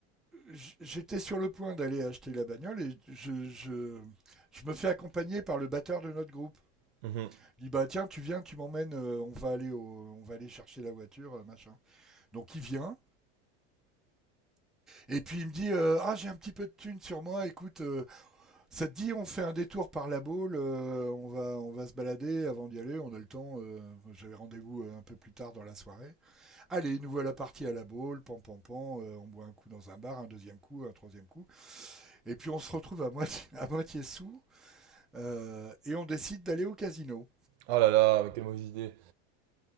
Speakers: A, in the centre; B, on the right (about 80°).
A: j- j'étais sur le point d'aller acheter la bagnole et je, je, je me fais accompagner par le batteur de notre groupe.
B: Mhm.
A: Il dit, bah tiens, tu viens, tu m'emmènes, euh, on va aller au- on va aller chercher la voiture, euh, machin. Donc il vient, Et puis il me dit euh, Ah, j'ai un petit peu de thune sur moi, écoute, euh, ça te dit, on fait un détour par la boule, euh, on, va, on va se balader avant d'y aller, on a le temps, euh, j'avais rendez-vous euh, un peu plus tard dans la soirée. Allez, nous voilà partis à la boule, pam pam pam, euh, on boit un coup dans un bar, un deuxième coup, un troisième coup, et puis on se retrouve à moitié, à moitié sous, euh, et on décide d'aller au casino.
B: Oh là là, mais quelle mauvaise idée.